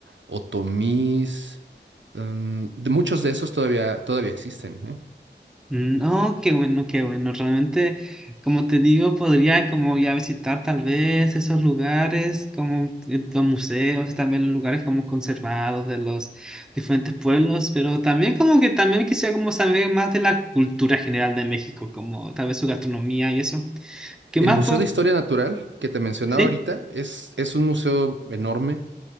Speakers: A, on the right; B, in the centre.
A: otomís. em, de muchos de esos todavía, todavía existen, ¿eh?
B: Mm, Oh, qué bueno, qué bueno. Realmente, como te digo, podría como ya visitar tal vez esos lugares, como eh, los museos, y también los lugares como conservados de los diferentes pueblos, pero también como que también quisiera como saber más de la cultura general de México, como tal vez su gastronomía y eso. ¿Qué
A: El
B: más
A: Museo
B: puedo?
A: de Historia Natural que te mencionaba
B: Sí.
A: ahorita es, es un museo enorme.